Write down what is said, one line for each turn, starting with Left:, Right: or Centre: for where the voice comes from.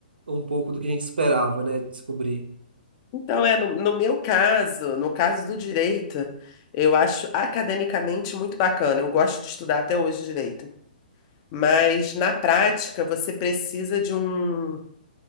Right: um pouco do que a gente esperava, né? Descobrir.
Left: Então, é no, no meu caso, no caso do direito, eu acho academicamente muito bacana. Eu gosto de estudar até hoje direito. Mas na prática, você precisa de um